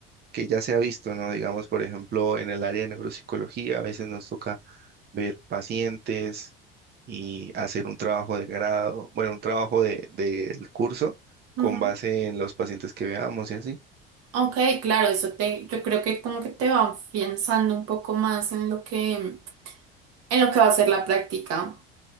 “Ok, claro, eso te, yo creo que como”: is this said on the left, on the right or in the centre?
Right